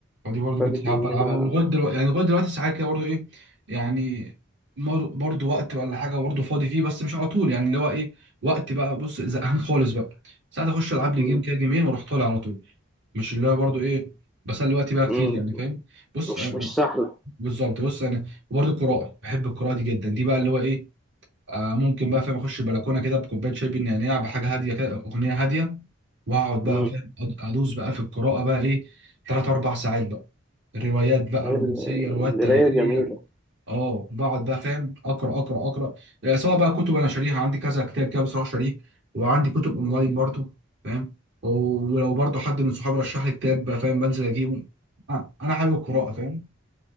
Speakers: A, on the right; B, in the centre.
A: ودي برضو
B: خدت
A: كنت ساعات
B: مننا
A: بلعبها ولغايه دلوقتي يعني لغايه دلوقتي ساعات كده برضو ايه يعني مر- برضو وقت ولا حاجه برضو فاضي فيه بس مش على طول يعني اللي هو ايه وقت بقى بص زهقان خالص بقى ساعات اخش العب لي
B: مم.
A: جيم كده جيمين واروح طالع على طول مش اللي هو برضو ايه بسلي وقتي بقى كتير
B: مم.
A: يعني فاهم بص
B: مش
A: انا
B: مش سهلة
A: بالظبط بص انا وبرضو القراءه بحب القراءه دي جدا دي بقى اللي هو ايه آه، ممكن بقى فاهم اخش البلكونه كده بكوبايه شاي بالنعناع بحاجه هاديه كده اغنيه هاديه واقعد بقى
B: مم.
A: فاهم أد- ادوس بقى في القراءه بقى ايه ثلاث اربع ساعات بقى روايات بقى
B: هي
A: رومانسيه
B: ال-
A: روايات
B: القراية
A: تاريخيه
B: جميلة
A: اه بقعد بقى فاهم اقرا اقرا اقرا يعني سواء بقى كتب انا شاريها عندي كذا كتاب كده بصراحه شاريه وعندي كتب اونلاين
B: مم.
A: برضو فاهم ولو برضو حد من صحابي رشح لي كتاب بقى فاهم بنزل اجيبه آه، انا حابب القراءه فاهم